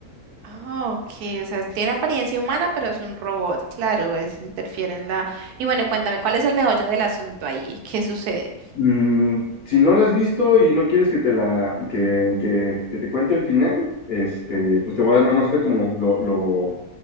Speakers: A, on the right; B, on the left.
A: Ah, ok. O sea, tiene apariencia humana, pero es un robot. Claro, es, interfiere en la... Y bueno, cuéntame, ¿cuál es el meollo del asunto ahí? ¿Qué sucede?
B: Mm, si no la has visto y no quieres que te la que, que, que te cuente el final, este, pues te voy a dar nada más ahorita como lo, lo,